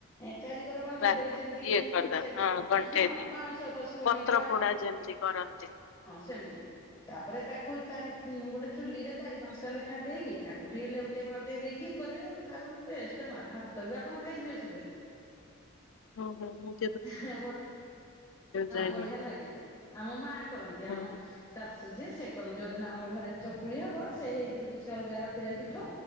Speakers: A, on the left; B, on the left.
A: ଏ ଚାରିିକର ଗଣ୍ଠେଇ
B: ବାସ୍
A: ଦେବେ ଯେମିତି
B: ଇଏ କରିଦବା
A: ସେ
B: ଘଣ୍ଟେଇ
A: ହଁ
B: ଦେ
A: ପାଉଁଶ ପଶିବନି
B: ପତ୍ର
A: କିବା
B: ପୋଡା ଯେମିତି କରନ୍ତି।
A: ସେମିତି ତାପରେ ତାକୁ ଚାରି ଗୋଟେ ଚୁଲିରେ ଚାରି ପାଞ୍ଚଟା ଲେଖାଏଁ ଦେଇକି ତାକୁ ଟିକେ ଲେ ଲେଉଟେଇ ପାଉଟେଇ ଦେଇକି କରିବେ ଆ ତାର ଗୋଟେ ଟେଷ୍ଟ ମା ଭାତ ବି ଆପଣ ଖାଇଯିବେ ସେଥିରେ।
B: ହଁ ହଁ ହଁ।
A: ହେ
B: ଜାଣିନି
A: ବଢିଆ ଲାଗେ ଆମ ମା କରନ୍ତି
B: ହୁଁ
A: ଆମ
B: ହୁଁ।
A: ଶାଶୁ ଯିଏ ସିଏ କରନ୍ତି ଯୋଉଦିନ ଆମର ଘରେ ଚକୁଳି ହବ ସେ ହେଇଥିରୁ କିଛି ଅଲଗା ରଖିଦେବେ ପିଠଉ